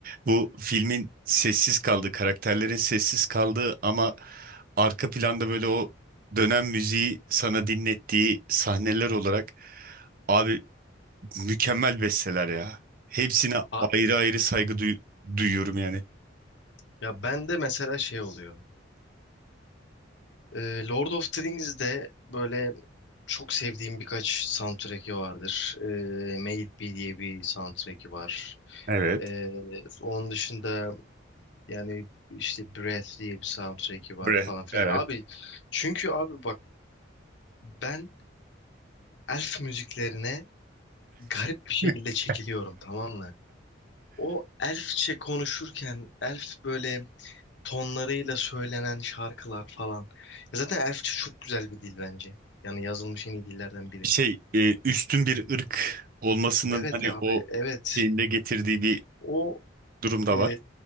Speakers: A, on the right (about 45°); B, on the left (about 65°).
A: bu filmin sessiz kaldığı karakterlerin sessiz kaldığı ama arka planda böyle o dönem müziği sana dinlettiği sahneler olarak abi mükemmel besteler ya. Hepsine
B: Ha-
A: ayrı ayrı saygı duy- duyuyorum yani.
B: ya ben de mesela şey oluyor. E, Lord of the Rings'de böyle çok sevdiğim birkaç soundtrack'i vardır. E, Made It Be diye bir soundtrack'i var.
A: Evet.
B: E, onun dışında Yani işte Breath diye bir soundtrack'i var
A: Bre
B: falan filan.
A: evet.
B: Abi çünkü abi bak ben elf müziklerine garip bir şekilde
A: <laughs>
B: çekiliyorum tamam mı? O elfçe konuşurken elf böyle tonlarıyla söylenen şarkılar falan. Ya Zaten elfçe çok güzel bir dil bence. Yani yazılmış en iyi dillerden biri.
A: Şey e, üstün bir ırk olmasının
B: Evet
A: hani
B: abi
A: o
B: evet.
A: şeyinde getirdiği bir
B: O
A: durum da
B: e,
A: var.